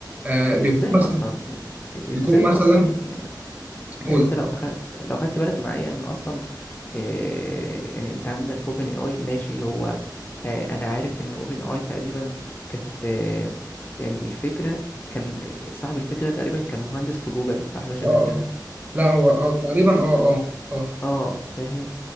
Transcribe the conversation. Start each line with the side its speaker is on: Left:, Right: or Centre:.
Right: آه
Left: طب
Right: بيكون
Left: ازاي
Right: مثلا
Left: اصلا ازاي
Right: بيكون مثلا
Left: هو اصلا يعني,
Right: قول
Left: يعني انت لو اخدت لو خدت بالك معايا ان اصلا إيه يعني انت عندك اوبن اي اي ماشي هو آه انا عارف ان اوبن اي تقريبا كانت آه يعني الفكره كان آه، صاحب الفكره تقريبا كان مهندس في جوجل او حاجه شبه
Right: اه آه.
Left: كده
Right: لا هو اه تقريبا اه اه اه
Left: اه فاهم